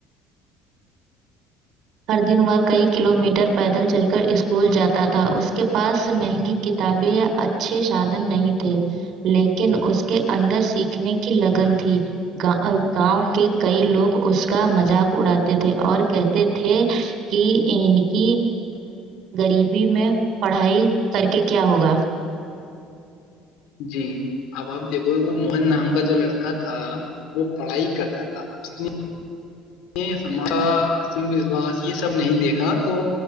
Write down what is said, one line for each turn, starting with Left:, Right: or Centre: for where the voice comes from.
Right: ہر دن وہ کئی کلو میٹر پیدل چل کر اسکول جاتا تھا اس کے پاس مہنگی کتابیں یا اچھے سادھن نہیں تھے لیکن اس کے اندر سیکھنے کی لگن تھی گاؤں کے کئی لوگ اس کا مذاق اڑاتے تھے اور کہتے تھے کہ ان کی غریبی میں پڑھائی کر کے کیا ہوگا
Left: جی اب آپ دیکھو وہ موہن نام کا جو لڑکا تھا وہ پڑھائی کرتا تھا اس نے وشواس یہ سب نہیں دیکھا تو